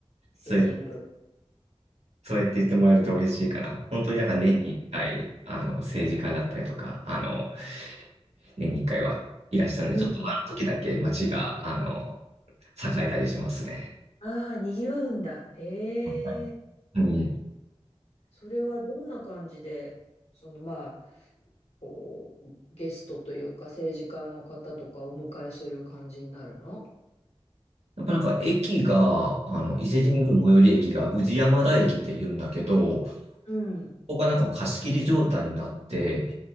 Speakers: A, on the left; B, on the right.
A: 伊勢神宮。
B: そうやっそうやって言ってもらえると嬉しいから、本当になんか年に1回、
A: うん。
B: あの、政治家だったりとか、あの、年に1回はいらっしゃるので、
A: うん。
B: ちょっとあの時だけ街が、あの、栄えたりしますね。
A: ああ、にぎわうんだ。へえ。
B: はいうん。
A: それはどんな感じで、そのまあ、こう、ゲストというか政治家の方とかお迎えする感じになるの
B: やっぱなんか駅が、あの、伊勢神宮最寄り駅が宇治山田駅って言うんだけど、こ
A: うん。
B: こがなんかもう貸し切り状態になって、